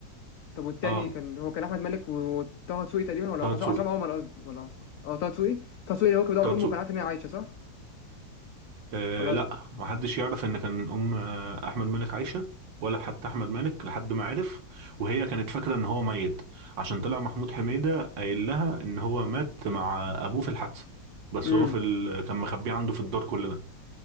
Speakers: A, on the left; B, on the right.
A: طب والتاني
B: اه
A: كان هو كان أحمد مالك و- وطه دسوقي تقريبا ولا
B: طه
A: عصام
B: دسوقي
A: عصام عمر قصدي ولا عصام أه طه دسوقي طه دسوقي اللي هو كان بيدور
B: طه
A: أمه
B: دسوقي
A: وكان عارف إن هي عايشة صح؟
B: آه
A: ولا
B: لا ما حدش يعرف ان كان ام آه، احمد مالك عايشه ولا حتى احمد مالك لحد ما عرف وهي كانت فاكره ان هو ميت عشان طلع محمود حميدة قايل لها ان هو مات مع ابوه في الحادثه بس
A: أمم
B: هو في ال... كان مخبيه عنده في الدار كل ده